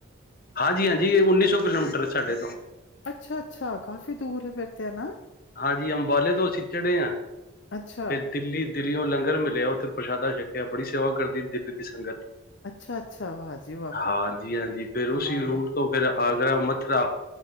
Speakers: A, on the left (about 45°); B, on the left (about 65°).
A: ਹਾਂਜੀ-ਹਾਂਜੀ, ਉੱਨੀ ਸੌ ਕਿਲੋਮੀਟਰ ਸਾਡੇ ਤੋਂ।
B: ਅੱਛਾ-ਅੱਛਾ, ਕਾਫ਼ੀ ਦੂਰ ਏ ਫਿਰ ਤੇ ਹੈ ਨਾ।
A: ਹਾਂਜੀ, ਅੰਬਾਲੇ ਤੋਂ ਸਿੱਚੜੇ ਆ।
B: ਅੱਛਾ,
A: ਫਿਰ ਦਿੱਲੀ, ਦਿੱਲੀਓਂ ਲੰਗਰ ਮਿਲਿਆ ਉੱਥੇ ਪ੍ਰਸ਼ਾਦਾ ਛਕਿਆ ਬੜੀ ਸੇਵਾ ਕਰਦੀ ਦਿਲ ਦੀ ਸੰਗਤ।
B: ਅੱਛਾ-ਅੱਛਾ, ਵਾਹ ਜੀ ਵਾਹ!
A: ਹਾਂਜੀ-ਹਾਂਜੀ ਫਿਰ
B: ਕਮਾਲ
A: ਉਸੀ ਰੂਟ
B: ਏ।
A: ਤੋਂ ਫਿਰ, ਆਗਰਾ ਮਥੁਰਾ,